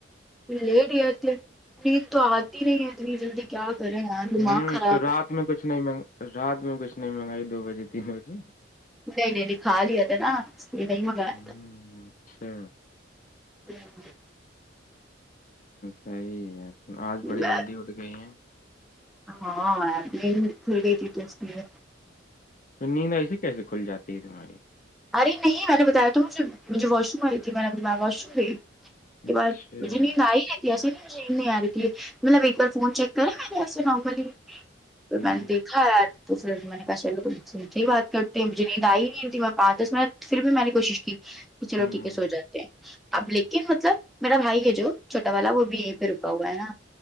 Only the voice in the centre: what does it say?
لیٹ گئے تھے نیند تو آتی نہیں ہے اتنی جلدی کیا کریں یار دماغ
خراب
ہے
نہیں نہیں نہیں کھا لیا تھا نا اس لیے نہیں منگایا
تھا
<unintelligible> جی
میں
ہاں میں نیند کھل گئی تھی تو اس لیے
ارے نہیں میں نے بتایا تو مجھے مجھے واش روم آئی تھی میں نے واش روم گئی اس کے
بعد مجھے نیند آئی نہیں ایسے بھی مجھے نیند نہیں آ رہی تھی مطلب ایک بار فون چیک کرا میں نے ایسے نارملی پھر
میں نے دیکھا یار تو پھر میں نے کہا چلو تم سے میٹھی بات کرتے ہیں مجھے نیند آئی نہیں رہی تھی پانچ دس منٹ پھر بھی میں نے کوشش کی کہ چلو
ٹھیک ہے سو جاتے ہیں اب لیکن مطلب میرا بھائی ہے جو چھوٹا والا وہ بھی یہیں پہ رکا ہوا ہے نا